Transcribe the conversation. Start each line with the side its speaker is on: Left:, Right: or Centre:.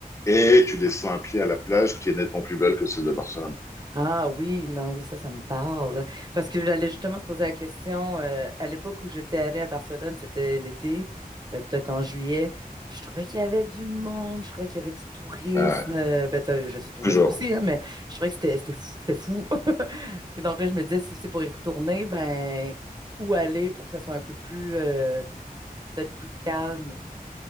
Left: et tu descends à pied à la plage qui est nettement plus belle que celle de Barcelone.
Right: Ah oui, non, oui, ça, ça me parle. Parce que j'allais justement te poser la question, euh, à l'époque où j'étais allée à Barcelone, c'était l'été, euh, peut-être en juillet, puis je trouvais qu'il y avait du monde, je trouvais qu'il y avait du tourisme.
Left: Ouais,
Right: euh, ben, t'as- je suis touriste
Left: toujours.
Right: aussi, hein, mais je trouvais que c'était c'était fou. C'était fou. <laughs> Et donc là, je me disais, si c'est pour y retourner, ben, où aller pour que ça soit un peu plus, euh, peut-être plus calme?